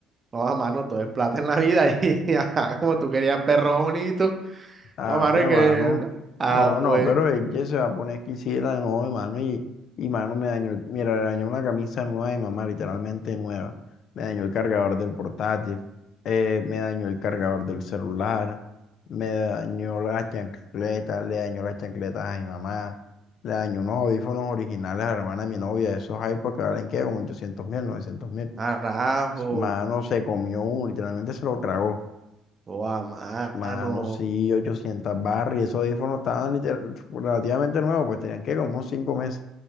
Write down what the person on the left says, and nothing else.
Ah,
pues,
mano.
No, no,
pero ella se va a poner exquisita de nuevo, mano. Y, y mano me dañó, mira, le dañó una camisa nueva y mamá, literalmente nueva. Me dañó el cargador del portátil. eh, me dañó el cargador del celular. Me dañó las chancletas. Le dañó las chancletas a mi mamá. Le dañó unos audífonos originales a la hermana de mi novia. Esos iPods que valen, ¿qué? Como ochocientos mil, novecientos mil.
Mano, se comió uno, literalmente se lo tragó.
Mano, sí, 800 barras y esos audífonos estaban liter- relativamente nuevos, pues tenían que como unos 5 meses.